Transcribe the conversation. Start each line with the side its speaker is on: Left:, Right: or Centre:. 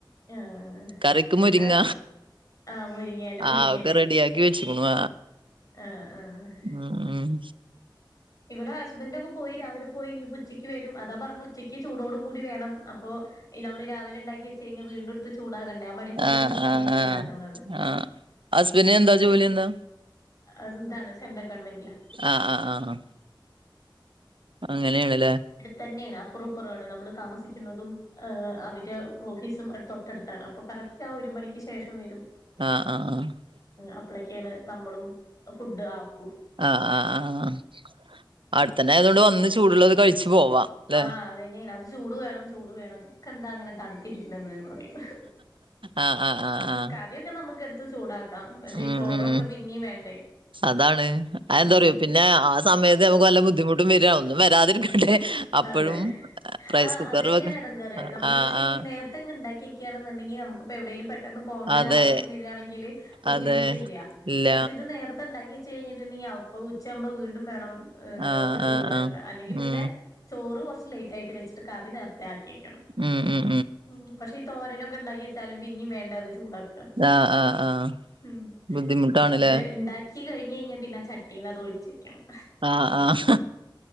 Left: ആഹ്
Right: കറിക്ക് മുരിങ്ങ
Left: അത് ആഹ് മുരിങ്ങേല
Right: ആ
Left: മുരിങ്ങേലെ
Right: അതൊക്കെ റെഡിയാക്കി. ക്കി വെച്ചിക്കണുവ.
Left: ആഹ് ആഹ്
Right: ഉം ഉം
Left: ഇവിടെ ഹസ്ബൻറ് ഒക്കെ പോയി രാവിലെ പോയി ഇനി ഇപ്പൊ ഉച്ചയ്ക്ക് വരും. അതാ പറഞ്ഞ ഉച്ചക്ക് ചൂടോട് കൂടി വേണം അപ്പോ നമ്മള് രാവിലെ ഉണ്ടാക്കി വച്ച്ച് കഴിഞ്ഞൽ വീണ്ടും എടുത്ത് ചൂടാകണ്ടേ? മടിക്കാണ്
Right: ആ
Left: ഈ സമയത്ത്
Right: ആ ആ
Left: ഇണ്ടാക്ന്നത്.
Right: ആ ഹസ്ബൻഡിന് എന്താ ജോലി എന്താ?
Left: ആഹ് ഇതാണ് സെൻട്രൽ ഗവൺമെന്റില.
Right: ആഹ് ആഹ് ആഹ് അങ്ങനെയണ്ല്ലേ.
Left: തന്നെയാണ് അപ്പുറം അപ്പുറമാണ് നമ്മൾ താമസിക്കുന്നതുംഹ് അവര് ഓഫീസും തൊട്ടടുത്താണ്. അപ്പൊ കറക്റ്റ് ആ ഒരു മണിക്ക് ശേഷം വരും.
Right: ആ ആ ആ
Left: അപ്പളൊക്കെയാണ് നമ്മളും ഫുഡ് ആക്കൂ.
Right: ആഹ് ആഹ് ആഹ് അടുത്തന്നെ ആയതുകൊണ്ട് വന്ന് ചൂടുള്ളത് കഴിച്ചു പോവാം. ല്ലേ?
Left: ആഹ് അതന്നെയാ അത് ചൂട് വേണം ചൂട് വേണം. ക്ക് ന്താ അങ്ങനെ തണുത്തിരിക്ക്ണ്ടത് പറയും
Right: ആ ആ ആ ആ
Left: കറി ക്കെ നമുക്ക് എടുത്ത് ചൂടാക്കാം പക്ഷെ
Right: ഉം
Left: ഈ ചോറൊക്കെ
Right: ഉം
Left: പിന്നെയും വേണ്ടേ.
Right: അതാണ് അതെന്താ
Left: ഉം
Right: പറയോ പിന്നെ ആ സമയത്ത് നമക്ക് വല്ല ബുദ്ധിമുട്ടും വര ഒന്നും വരാതിരിക്കട്ടെ. അപ്പഴും
Left: അതെ ഹ്
Right: റൈസ്
Left: ആ
Right: കുക്കറിൽ
Left: അതന്നേണ്
Right: വെക്ക
Left: എട്ങ്ങാറ്
Right: ആ
Left: നമ്മളെന്താച്ചെങ്കി
Right: ആ ആ
Left: നേര് ഇതെങ്ങ് ഇണ്ടാക്ക്യക്കാണെന്നുണ്ടെങ്കി നമുകിപ്പോ എവിടേലും പ പെട്ടെന്ന് പോണ്ട
Right: അതെ
Left: ഒരാവ്ശ്യം വരാണെങ്കിൽ ബുദ്ധിമുട്ടില്ല
Right: അതെ ഇല്ല
Left: പക്ഷെ ഇത് നേര മൊത്തം ഇണ്ടാക്കി വെച്ച് കഴിഞ്ഞിട്ട്ണ്ടെങ്കി അപ്പോ ഉച്ചയാവുമ്പോ വീണ്ടും വേണം ഹ്മ്
Right: ആ
Left: ഹ് ഒക്കെ ചൂടാക്ക്‌അ
Right: ആ ആ
Left: അല്ലെങ്കി പിന്നെ.
Right: ഉം
Left: ചോറ് കൊർച്ച് ലേറ്റായിട്ട് വെച്ചിട്ട് കറി നേർ താക്കി വെക്കണം
Right: ഉം ഉം
Left: ഉം പക്ഷെ ഈ തോരനൊക്കെ ഇണ്ടാക്കി വെച്ചാലും പിന്നിം വേണ്ടെ അത് ചൂടാ അഹ്
Right: ആ ആ ആ
Left: ഹ്മ്
Right: ബുദ്ധിമുട്ടാണ്ല്ലേ
Left: അപ്പെ ഇണ്ടാ ഇക്ക്‌ കൈഞ്ഞഴിഞ്ഞാ പിന്നെ ചട്ടീന്നതൊഴിച്ച് വെക്കണം.
Right: ആ ആഹ്.